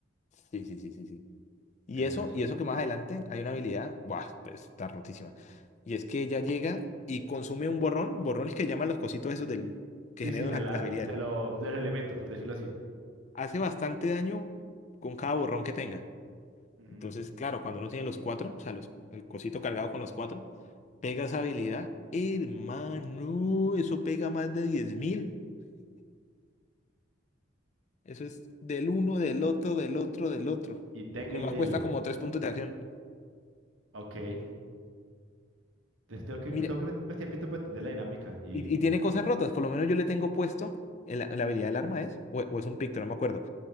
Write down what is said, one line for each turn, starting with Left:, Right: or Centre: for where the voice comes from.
Left: Sí, sí, sí, sí, sí. Y
Right: Entonces,
Left: eso,
Right: eso.
Left: y eso
Right: eso-
Left: que más adelante hay una habilidad, ¡buah! pues, está rotísima. Y es que ella llega y consume un borrón, borrones que llaman los cositos esos del, que
Right: Sí,
Left: generan
Right: sí, de
Left: las,
Right: la,
Left: las habilidades,
Right: no de
Left: ¿no?
Right: los, de los elementos, por decirlo así.
Left: Hace bastante daño con cada borrón que tenga.
Right: Ujú.
Left: Entonces, claro, cuando uno tiene los cuatro, o sea, los, el cosito cargado con los cuatro, pega esa habilidad, hermano, eso pega más de diez mil Eso es del uno, del otro, del otro, del otro.
Right: Y tenga
Left: Y nomás
Right: y dele.
Left: cuesta como tres puntos de acción.
Right: Ok. Entonces tengo que,
Left: Y mire,
Right: tengo que meter más tiempito para entender la dinámica. Y,
Left: y, y tiene
Right: y-
Left: cosas rotas, por lo menos yo le tengo puesto, en la, en la habilidad del arma es, o, o es un picto, no me acuerdo,